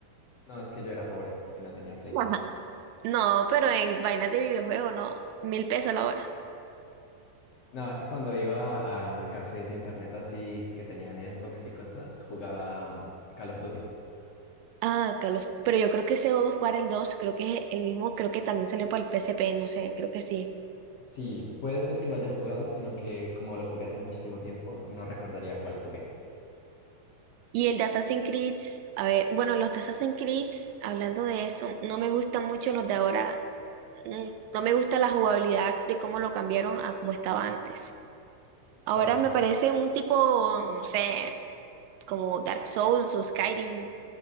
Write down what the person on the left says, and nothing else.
No, es que yo era pobre y no tenía Play dos
No, es que cuando iba a cafés internet así que tenían Xbox y cosas, jugaba mm, Call of Duty.
Sí, puede ser que lo haya jugado, sino que como lo jugué hace muchísimo tiempo, no recordaría cuál jugué.
¿Por qué?